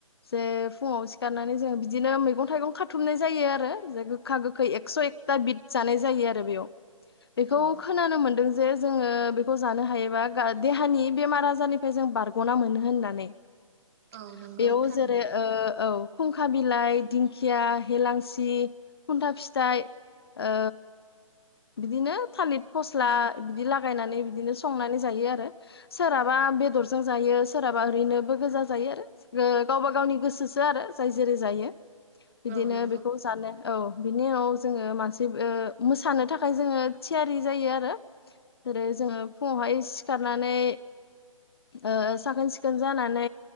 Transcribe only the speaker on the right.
औ
औ नंगौ थारैनो
औ नंगौ